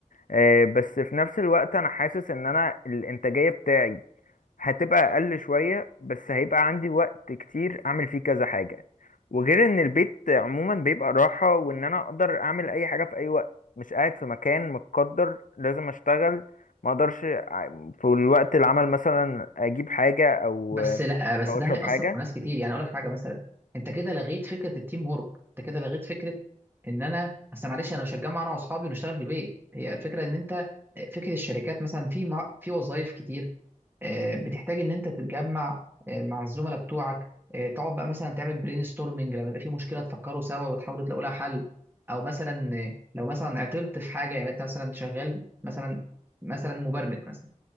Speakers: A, on the left; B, on the right.
A: آه، بس في نفس الوقت انا حاسس ان انا الانتاجية بتاعي هتبقى اقل شوية بس هيبقى عندي وقت كتير اعمل فيه كذا حاجة وغير ان البيت عموما بيبقى راحة وان انا اقدر اعمل اي حاجة في اي وقت مش قاعد في مكان متقدر لازم اشتغل ما اقدرش ع- في الوقت العمل مثلا اجيب حاجة او
B: بس لا بس
A: او
B: ده
A: اشرب
B: هيأثر
A: حاجة
B: في ناس كتير يعني اقول لك حاجه مثلا انت كده لغيت فكره التيم وورك انت كده لغيت فكره ان انا بس معلش انا مش هتجمع انا واصحابي ونشتغل في البيت هي الفكره ان انت فكره الشركات مثلا في مع- في وظائف كتير آه، بتحتاج ان انت تتجمع آه، مع الزملاء بتوعك آه، تقعد بقى مثلا تعمل برين ستورمنج لما يبقى في مشكله تفكروا سوا وتحاولوا تلاقوا لها حل او مثلا آه، لو مثلا عطلت في حاجه يعني انت مثلا شغال مثلا مثلا مبرمج مثلا